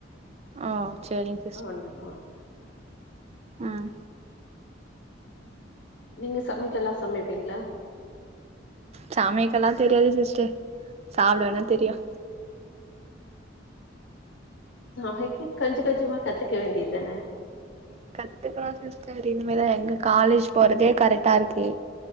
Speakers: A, on the right; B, on the left.
A: ஆஹ செரிங்
B: ஆண்ட ஆ
A: ம்
B: நீங்க சமக்கல்லாம் சமேப்பீங்களா
A: சமேயக்கெல்லா தெரியாது சிஸ்டர் சாப்டவேன்னா தெரியும்
B: சமெக்க கொஞ்ச கொஞ்சமா கத்துக்க வேண்டியதுதானே
A: கத்துக்குறோன் சிஸ்டர் இனிமேத எங்க காலேஜ் போறதே கரெக்ட்டா இருக்கு